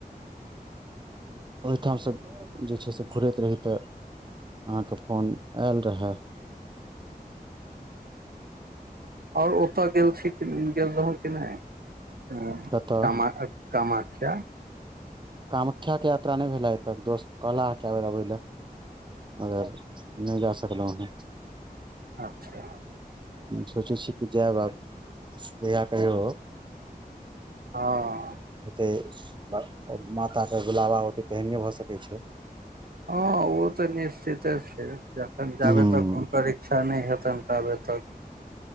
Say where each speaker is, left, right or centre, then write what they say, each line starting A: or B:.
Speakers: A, on the right; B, on the right.
A: ओहिठामसँ जे छै से घुरैत रही तऽ अहाँके फोन एल रहय
B: आओर ओतऽ गेल छी गेल रहौं कि नय क
A: कतय
B: कामख्या
A: कामाख्या के यात्रा कय भेलय एखन दोस्त कहलाहे के बेर अबय ले मगर नय जा सकलहुँ हं
B: अच्छा
A: सोचै छी कि जैब आब जहिया कहियो
B: हँ
A: ते सु अं अम माताके बुलाबा अतय त एहन नै भऽ सकै छै ते
B: आओर तऽ निश्चिते छै जखन जाबे
A: हूं
B: तक हुनकर इच्छा नय हेतनि ताबे तक